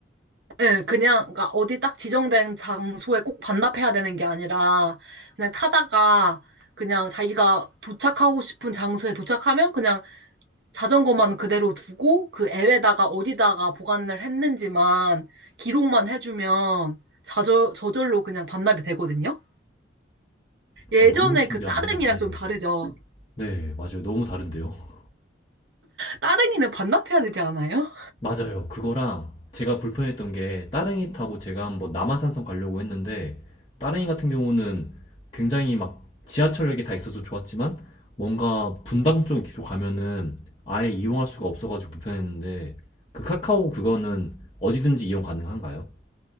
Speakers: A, on the right; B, on the left.
A: 예, 그냥, 그러니까 어디 딱 지정된 장소에 꼭 반납해야 되는 게 아니라, 그냥 타다가, 그냥 자기가 도착하고 싶은 장소에 도착하면 그냥 자전거만 그대로 두고, 그 앱에다가 어디다가 보관을 했는지만, 기록만 해주면, 자저, 저절로 그냥 반납이 되거든요? 예전에
B: 어, 너무 신기하네요.
A: 그 따릉이랑
B: 네네.
A: 좀 다르죠?
B: 네, 맞아요. 너무 다른데요.
A: 따릉이는 반납해야 되지 않아요?
B: 맞아요. 그거랑 제가 불편했던 게 따릉이 타고 제가 한번 남한산성 가려고 했는데 따릉이 같은 경우는 굉장히 막 지하철역이 다 있어서 좋았지만 뭔가 분당 쪽으쪽 가면은 아예 이용할 수가 없어가지고 불편했는데 그 카카오 그거는 어디든지 이용 가능한가요?